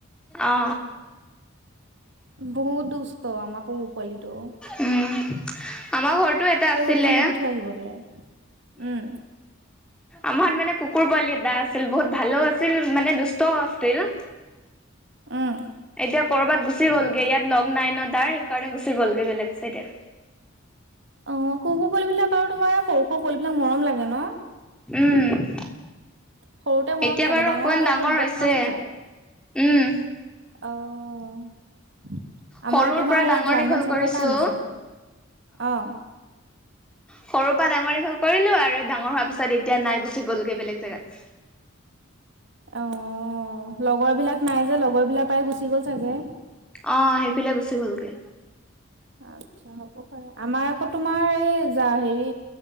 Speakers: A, in the centre; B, on the right (about 60°).
A: অ
B: বহুত দুস্থ আমাৰ পহু পোৱালীটো।
A: উম আমাৰ ঘৰটো এটা আছিলে
B: পেলাই মুতি থৈ আহিবগে উম
A: আমাৰ মানে কুকুৰ পোৱালী এটা আছিল বহুত ভালো আছিল মানে দুষ্টও আছিল।
B: উম
A: এতিয়া কৰবাত গুচি গ'লগে ইয়াত লগ নাই ন' তাৰ সেইকাৰণে গুচি গ'লগে বেলেগ চাইডে।
B: অ', কুকুৰ পোৱলিবিলাক আৰু তোমাৰ সৰু সৰু পোৱালিবিলাক মৰম লাগে ন?
A: উম,
B: সৰুতে মৰম
A: এতিয়া
B: লাগে
A: বাৰু অকনমান
B: হলে
A: ডাঙৰ
B: বদমাছ
A: হৈছে,
B: হৈ যায়
A: উম,
B: অ', আমাৰ
A: সৰুৰ
B: তোমাৰ
A: পৰা ডাঙৰ
B: এই জাৰ্মান
A: দীঘল
B: শ্বেফাৰ্ড
A: কৰিছো
B: এটা আনিছিলোঁ অ',
A: সৰু পৰা ডাঙৰ দীঘল কৰিলো আৰু ডাঙৰ হোৱাৰ পিছত এতিয়া নাই গুচি গ'লগৈ বেলেগ জেগাত।
B: অ', লগৰ বিলাক নাই যে লগৰ বিলাক পাই গুচি গ'ল চাগে।
A: অ', সেইফালে গুচি গলগে।
B: আচ্ছা হ'ব পাৰে আমাৰ আকৌ তোমাৰ এই হেৰি